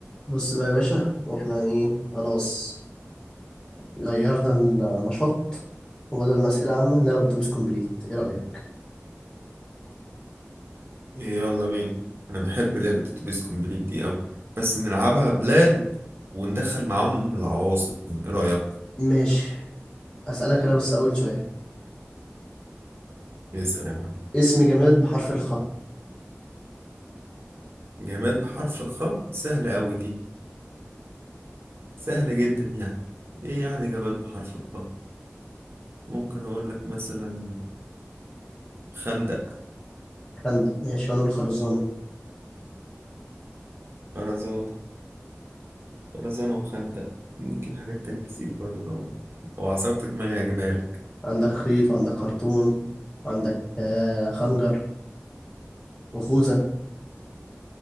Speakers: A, on the left; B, on the right.
A: بص بقى يا باشا احنا ايه خلاص غيرنا النشاط وبدل ما اسئله عامه نلعب اتوبيس كومبليت ايه رايك
B: يلا بينا انا بحب لعبة اتوبيس كومبليت دي اوي بس نلعبها بلاد وندخل معاهم العواصم ايه رأيك
A: ماشي اسالك انا بس اول سؤال
B: اسأل يا معلم
A: اسم جماد بحرف الخاء
B: جماد بحرف الخاء سهلة اوي دي سهلة جدا يعني ايه يعني جماد بحرف الخاء ممكن اقول لك مثلا خندق
A: خندق ماشي وانا اقول خرزانه
B: خرزان خرزانة وخندق ممكن حاجات تانية كتير برضو لو لو عصرت دماغي هجيبها لك
A: عندك خيط وعندك خرطوم وعندك آه، خنجر وخوذه